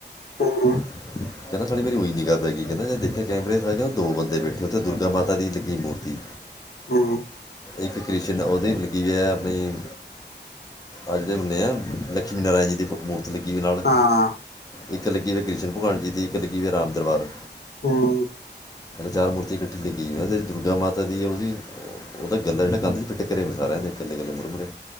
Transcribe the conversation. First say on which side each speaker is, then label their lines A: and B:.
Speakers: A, on the left; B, on the left.
A: ਹਮ।
B: ਹਮ ਕਹਿੰਦਾ ਸਾਡੀ ਮੇਰੀ ਉਈ ਨਿਗਾ ਪੇ ਗਈ ਕਹਿੰਦਾ ਚ ਦੇਖਿਆ ਕੈਮਰਾ ਚ ਦੋ ਬੰਦੇ ਬੈਠੇ ਉੱਥੇ ਦੁਰਗਾ ਮਾਤਾ ਦੀ ਲੱਗੀ ਮੂਰਤੀ।
A: ਹਮ
B: ਇੱਕ ਕ੍ਰਿਸਚਨ ਉਹਦੀ ਮਤਲਗੀ ਵੀ ਆਪਣੀ ਅੱਜ ਦੇ ਬਨੇ ਆ ਲਕਸ਼ਮੀ ਨਾਰਾਇਣ ਜੀ ਦੀ ਮੂਰਤੀ ਲੱਗੀ ਦੀ ਨਾਲ
A: ਹਾਂ
B: ਇੱਕ ਲੱਗੀ ਵੀ ਕ੍ਰਿਸ਼ਨ ਭਗਵਾਨ ਜੀ ਦੀ ਇੱਕ ਲੱਗੀ ਹੋਈ ਰਾਮ ਦਰਬਾਰ
A: ਹੂੰ,
B: ਚਾਰ ਮੂਰਤੀ ਇਕੱਠੀ ਲੱਗੀ ਗ ਵੈਂ ਦੁਰਗਾ ਮਾਤਾ ਦੀ ਹੈ ਉਹਦੀ ਉਹਦਾ ਗੱਲਾ ਜਿਹੜਾ ਕੰਧ ਚ ਫਿਟ ਕਰਿਆ ਵਾ ਸਾਰਿਆਂ ਦੇ ਇਕੱਲੇ ਇਕੱਲੇ ਮੁਰ ਮੁਰਰੇ